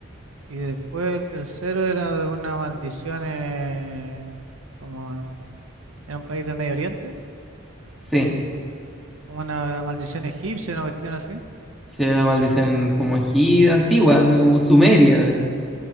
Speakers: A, on the right (about 80°); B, in the centre.
A: Y después el tercero era de una maldición en, como en un país de Medio Oriente,
B: sí,
A: como una maldición egipcia, una cuestión así.
B: sí, era la maldición como egip- antigua, así como sumeria.